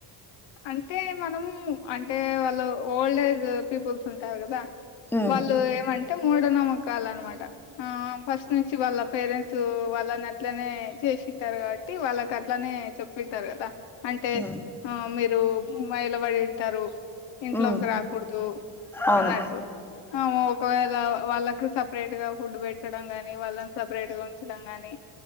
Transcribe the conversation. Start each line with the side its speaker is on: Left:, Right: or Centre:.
Left: అంటే మనము అంటే వాళ్ళు ఓల్డ్ ఏజ్ పీపుల్స్ ఉంటారు కదా
Centre: ఉమ్
Left: వాళ్ళు ఏమం అంటే మూఢనమ్మకాలు అనమాట ఆ ఫస్ట్ నుంచి వాళ్ళ పేరెంట్ట్స్ వాళ్ళని అట్లనే చేసింటారు కాబట్టి వాళ్ళకి అట్లనే చెప్పింటారు కదా అంటే
Centre: ఉమ్
Left: ఆ రు మైలబడింటారు ఇంట్లోకి
Centre: ఉమ్,
Left: రాకూడదు
Centre: అవును
Left: అన్నట్టు ఆ ఒకవేళ వాళ్ళ కు సెపెరేట్గా ఫుడ్ పెట్టడం కానీ వాళ్ళను సెపెరేట్గా ఉంచడం కానీ